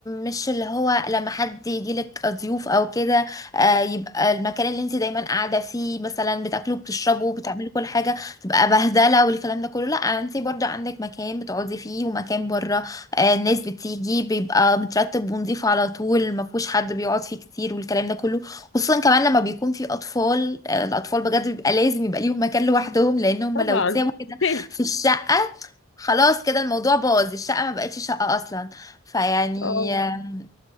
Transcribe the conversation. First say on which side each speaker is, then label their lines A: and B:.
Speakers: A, on the left; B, on the left.
A: مش اللي هو لما حد يجيلك ضيوف او كده آه، يبقى المكان اللي انت دايما قاعدة فيه مثلا بتاكلوا بتشربوا بتعملوا كل حاجة تبقى بهدلة والكلام ده كله لا انت برضو عندك مكان بتقعدي فيه ومكان بره آه، الناس بتيجي بيبقى مترتب ونضيف على طول مفهوش حد بيقعد فيه كتير والكلام ده كله خصوصا كمان لما بيكون في اطفال آه، الاطفال بجد بيبقى لازم يبقى ليهم مكان لوحدهم لان هم
B: طبعا
A: لو اتسابوا كده
B: <laughs>
A: في الشقه خلاص كده الموضوع باظ الشقه ما بقتش شقه اصلا فيعني
B: اه
A: آم،